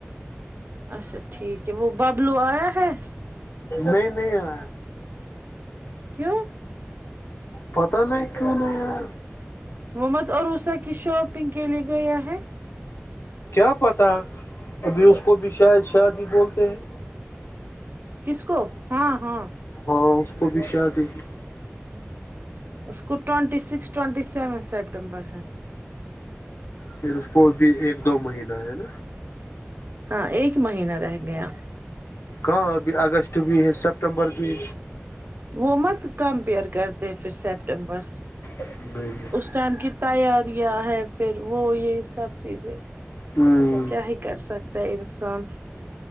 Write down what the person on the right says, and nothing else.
اچھا ٹھیک ہے وہ ببلو آیا ہے
کیوں
وہ مت اروسا کی شاپنگ کے لیے گیا ہے
کس کو ہاں ہاں
اس کو twenty six twenty seven September ہے
ہاں ایک مہینہ رہ گیا
وہ مت کمپیئر کرتے پھر سپٹمبر
ٹائم کی تیاریاں ہے پھر وہ یہ سب چیزیں
کیا ہی کر سکتا ہے انسان